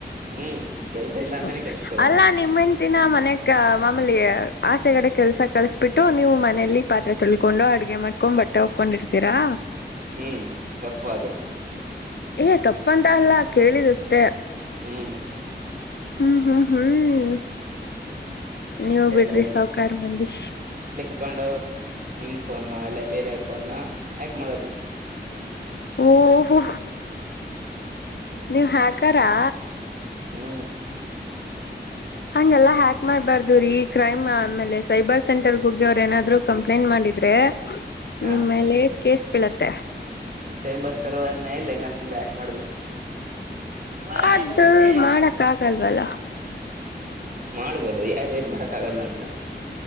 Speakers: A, on the right (about 45°); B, on the left (about 65°).
A: ಹ್ಮ್. ಕೆಲ್ಸ ಇಲ್ಲ ಅಂತಾನೆ
B: ಹ್ಮ
A: ಕೆಲ್ಸಕ್ ಹೋಗಲ್ಲ
B: ಅಲ್ಲಾ ನಿಮ್ಮ ಹೆಂಡತಿನ ಮನೆಗ್. ಮಾಮಲಿ ಆಚೆಗಡೆ ಕೆಲ್ಸ ಕಳ್ಸಬಿಟ್ಟು ನೀವು ಮನಲಿ ಪಾತ್ರೆ ತೊಳ್ಕೊಂಡು ಅಡುಗೆ ಮಾಡ್ಕೊಂಡ್ ಬ. ಪಟ್ಟ ಹಕೊಂಡಿರ್ತೀರಾ.
A: ಹ್ಮ್ ತಪ್ಪ ಅದು.
B: ಏ ತಪ್ಪಂತ ಅಲ್ಲ ಕೇಳಿದಷ್ಟೇ.
A: ಹ್ಮ್.
B: ಹ್ಮ್ ಹ್ಮ್ ಹ್ಮ್. ನೀವ
A: ಅಷ್ಟೆಲ್ಲ
B: ಬಿಡ್ರಿ ಸಾವಕಾರಾರ್ ಮಂದಿ.
A: ತಕೊಂಡು ನಿಮ್ ಫೋನ್ ಅಲ್ಲ ಬೇರೆಯಾರ ಫೋನ್ನ ಯಾಕೆ ಮಾಡೋದು.
B: ಓಹೋ.
A: ಅಷ್ಟೇ
B: ನೀವ್ ಹಾಕಾರಾ.
A: ಹಾ.
B: ಹಂಗಗೆಲ್ಲ ಹ್ಯಾಕ್ ಮಾಡ್ಬಾರ್ದು ರೀ ಈ ಕ್ರೈಮ್ ಆಮೇಲೆ ಸೈಬರ್ ಸೆಂಟರ್ ಹೋಗಿ ಅವ್ರು ಏನಾದ್ರು ಕಂಪ್ಲೇಂಟ್ ಮಾಡಿದ್ರೆ.
A: ಹ
B: ನಿಮ್ಮೇಲೆ ಕೇಸ್ ಬೀಳತ್ತೆ.
A: ಸೈಬರ್ ಸರ್ವರ್ನ ಲೈನಾಕ್ಸ್ಂದ ಆಕ್ಟ್ ಮಾಡಿದ್ರಿ. ಹೊರಗ್
B: ಅದು ಮಾಡಕ್
A: <unintelligible>
B: ಆಗಲ್ವಲ್ಲ
A: ಮಾಡ್ಬೋದು ಯಾರತಿ ಮಾಡಕ್ಗಲ್ಲ ಅಂತ.